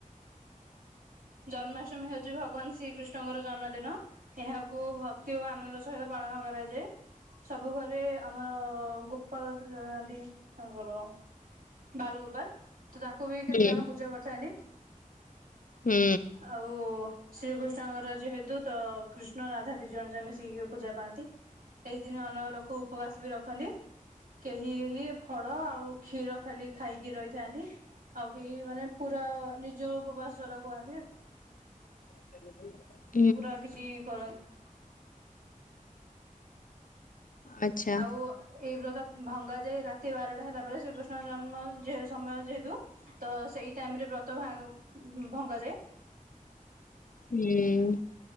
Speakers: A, on the right; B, on the left.
A: ଜନ୍ମାଷ୍ଟମୀ ହଉଛି ଭଗବାନ ଶ୍ରୀକୃଷ୍ଣଙ୍କର ଜନ୍ମଦିନ, ଏହାକୁ ଭଗ ଅତି ଓ ଆନନ୍ଦ ସହିତ ପାଳନ କରାଯାଏ, ସବୁ ଘରେ ଆମର ଗୋ ପାଳସ ଜୟନ୍ତି ତାଙ୍କର। ବାଲ୍ ଗୋପାଲ ତ ତାଙ୍କୁ ବି କେତେ
B: ହୁଁ
A: ଜଣ ପୂଜା କରିଥାନ୍ତି।
B: ହୁଁ।
A: ଆଉ ଶ୍ରୀକୃଷ୍ଣଙ୍କର ଯେହେତୁ ତ କୃଷ୍ଣ, ରାଧା ଦି ଜଣ ଯାଏ ମିଶିକି ଏ ପୂଜା ପାଆନ୍ତି। ଏହି ଦିନି ଅନେକ ଲୋକ ଉପବାସ ବି ରଖନ୍ତି, କେହି କେହି ଫଳ ଆଉ କ୍ଷୀର ଖାଲି ଖାଇକି ରହିଥାନ୍ତି, ଆଉ କେହି ମାନେ ପୁର ନିର୍ଜଳ ଉପବାସ ବା କୁହାନ୍ତି।
B: <unintelligible>
A: ପୁର କିଛି କରନ୍ତି।
B: ଆଚ୍ଛା।
A: ଆଉ ଆ ଏଇ ବ୍ରତ ଭଙ୍ଗା ଯାଏ ରାତି ବାରଟା ହେଲା ପରେ, ଶ୍ରୀକୃଷ୍ଣ ଜନ୍ମ ଯେହେ ସମୟ ଯେହେତୁ ତ ସେଇ ଟାଇମ ରେ ବ୍ରତ ଭାଙ୍ଗ ଭଙ୍ଗାଯାଏ।
B: ହୁଁ,